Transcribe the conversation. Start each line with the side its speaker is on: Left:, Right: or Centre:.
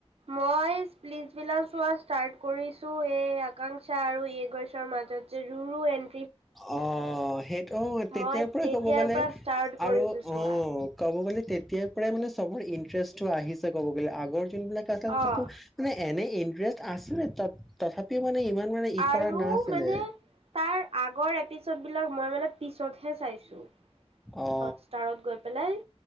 Right: মই পলিচ বিলা চোৱা ষ্টাৰ্ট কৰিছো এই একাংশা আৰু এইগছৰ মাজত যে ৰুৰু এড
Centre: অ সেইটো তেতিয়াৰ
Right: মই
Centre: পৰাই
Right: তেতিয়াৰ
Centre: ক'ব গ'লে
Right: পৰা ষ্টাৰ্ট কৰিছোঁ
Centre: আৰু
Right: চোৱা।
Centre: অ ক'ব গ'লে তেতিয়াৰ পৰাই মানে চবৰ ইণ্টাৰেষ্ট টো আহিছে ক'ব গ'লে আগৰ যোনবিলাক আ
Right: অ'
Centre: তাতো মানে এনেই ইনটেৰেজ আছিলে তাত তথাপিও মানে ই মানে
Right: আৰু
Centre: কৰা নাছিলে
Right: মানে তাৰ আগৰ এ পিছতবিলাক মই মানে পিছতহে চাইছোঁ
Centre: অ
Right: হটষ্টাৰত গৈ পেলাই